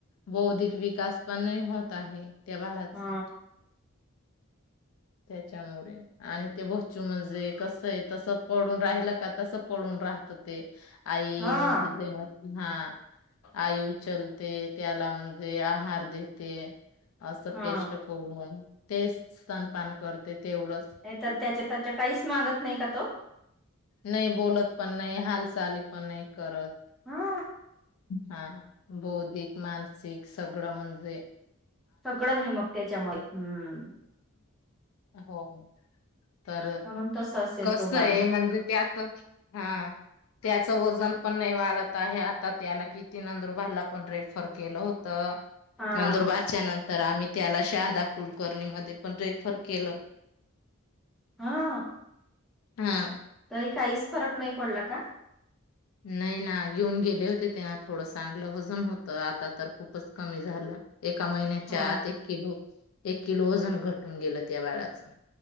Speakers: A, on the left; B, in the centre.
A: बौद्धिक विकास पण नाही होत आहे त्या बाळाचं
B: हा
A: त्याच्यामुळे आणि ते बच्चू म्हणजे कसये तस पडून राहिल का तस पडून राहत ते आई
B: हा
A: म्हणजे जेव्हा हा आयु चलते त्याला म्हणजे आहार देते. असं
B: हा
A: पेष्ट करून ते स्तनपान करते तेवढंच
B: नाही तर त्याच्या त्याच्या काहीच मांगत नाही का तो?
A: नाही बोलत पण नाही हालचाली पण नाही करत
B: हा.
A: हा बौद्धिक मानसिक सगळं म्हणजे
B: सगळंच आहे मग त्याच्यामुळे हम्म
A: हो. तर
B: म्हणून तस असेल
A: कसं
B: तो बाळ
A: आहे म्हणजे ते आता हा त्याचं वजन पण नाही वाढत आहे आता त्याला किती नंदुरबारला पण रेफर केलं होत.
B: हा
A: नंदुरबारच्या नंतर आम्ही त्याला शाहा दाखल कुलकर्णी मध्ये पण रेफर केलं
B: हा.
A: हा
B: तरी काहीच फरक नाही पडला का?
A: नाही ना येऊन गेले होते तेव्हा थोडं चांगलं वजन होत आता तर खूपच कमी झालं. एका महिन्याच्या
B: हा
A: आत एक किलो एक किलो वजन घटून गेलं त्या बाळाचं.